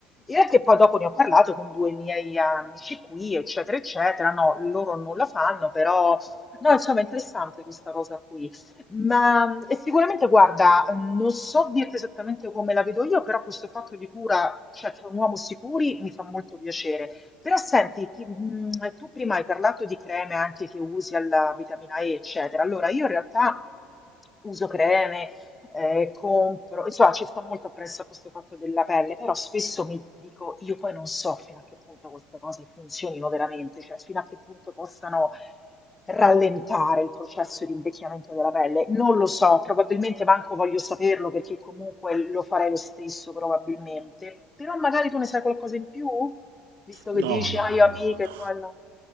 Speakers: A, on the left; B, on the right.
A: E anche poi dopo ne ho parlato con due miei amici qui, eccetera, eccetera. No, loro non la fanno, però No, insomma, è interessante questa cosa qui. Ma e sicuramente, guarda, mm, non so dirti esattamente come la vedo io, però questo fatto di cura, cioè che un uomo si curi, mi fa molto piacere. Però senti, ti- mh, tu prima hai parlato di creme anche che usi alla vitamina E, eccetera. Allora, io in realtà uso creme eh, compro, insomma ci sto molto appresso a questo fatto della pelle, però spesso mi dico, io poi non so fino a che punto queste cose funzionino veramente, cioè fino a che punto possano rallentare il processo di invecchiamento della pelle. Non lo so, probabilmente manco voglio saperlo perché comunque lo farei lo stesso probabilmente, però magari tu ne sai qualcosa in più, visto che
B: No,
A: dici,
B: no,
A: ah io
B: no,
A: amiche,
B: no, no.
A: quello.